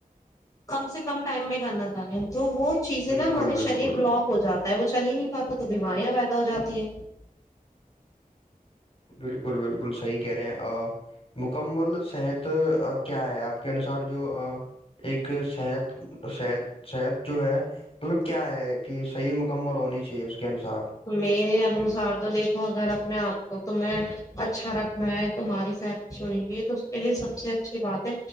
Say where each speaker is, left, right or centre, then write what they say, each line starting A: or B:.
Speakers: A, on the left; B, on the left.
A: کم سے کم ٹائم میں کرنا چاہے ہیں تو وہ چیزیں
B: بالکل
A: نا ہمارے
B: بالکل
A: شریر بلاک ہو جاتا وہ چل ہی نہیں پاتا تو بیماریاں پیدا ہو جاتی ہیں
B: بالکل بالکل بالکل صحیح کہہ رہے ہیں مکمل صحت کیا ہے آپ کے انسار جو ایک صحت صحت صحت جو ہے مطلب کیا ہے کہ صحیح مکمل ہونی چاہیے اس کے انوسار
A: تو میرے انوسار تو دیکو اگر آپ کو تمیں اچھا رکھنا ہے تمہاری صحت اچھی ہونی چاہیے تو اس کے لیے سب سے اچھی بات ہے